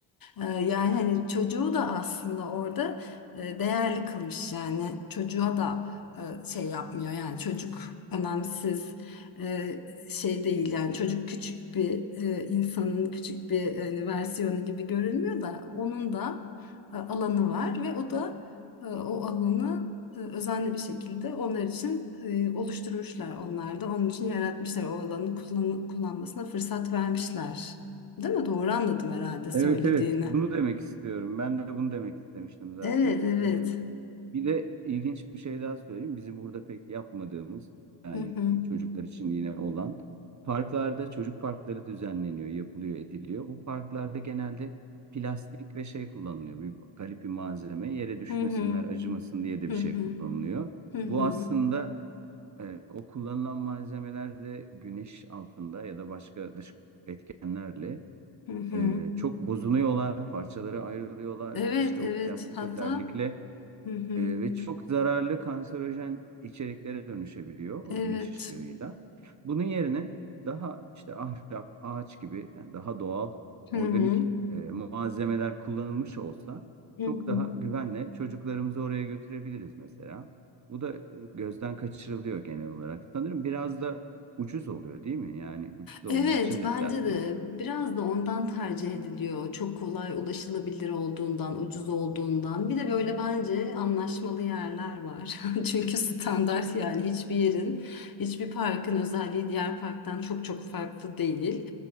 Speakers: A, on the left; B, on the right.
A: Ee, Yani hani çocuğu da aslında orada e, değerli kılmış yani çocuğa da e, şey yapmıyor yani çocuk önemsiz e, şey değil yani çocuk küçük bir e, insanın küçük bir e, versiyonu gibi görülmüyor da onun da e, alanı var ve o da e, o alanı e, özenli bir şekilde onlar için e, oluşturmuşlar onlar da onun için yaratmışlar o alanı kullan- kullanmasına fırsat vermişler. Değil mi? Doğru anladım herhalde söylediğini.
B: Evet evet bunu demek istiyorum. Ben de bunu demek istemiştim zaten.
A: Evet, evet.
B: Ee, bir de ilginç bir şey daha söyleyeyim. Bizim burada pek yapmadığımız yani
A: Hı hı.
B: çocuklar için yine olan parklarda çocuk parkları düzenleniyor, yapılıyor, ediliyor. Bu parklarda genelde plastik ve şey kullanılıyor. Bir garip bir malzeme yere düşmesinler,
A: Hı hı.
B: acımasın diye de
A: Hı
B: bir şey
A: hı.
B: kullanılıyor.
A: Hı hı.
B: Bu aslında e, o kullanılan malzemeler de güneş altında ya da başka dış etkenlerle
A: Hı hı.
B: e, çok bozuluyorlar, parçalara ayrılıyorlar.
A: Evet,
B: İşte
A: evet.
B: o plastik
A: Hatta
B: özellikle
A: hı hı.
B: E, ve çok zararlı kanserojen içeriklere dönüşebiliyor o
A: Evet.
B: güneş ışığıyla. Bunun yerine daha işte ahşap, ağaç gibi yani daha doğal,
A: Hı
B: organik
A: hı.
B: e, malzemeler kullanılmış olsa
A: Hı
B: çok
A: hı.
B: daha güvenle çocuklarımızı oraya götürebiliriz mesela. Bu da e, gözden kaçırılıyor genel olarak. Sanırım biraz da ucuz oluyor değil mi? Yani ucuz olduğu
A: Evet,
B: için de
A: bence
B: plastiği
A: de
B: seçiyorlar.
A: biraz da ondan tercih ediliyor. Çok kolay ulaşılabilir olduğundan, ucuz olduğundan. Bir de böyle bence anlaşmalı yerler var. <laughs> Çünkü standart yani hiçbir yerin, hiçbir parkın özelliği diğer parktan çok çok farklı değil.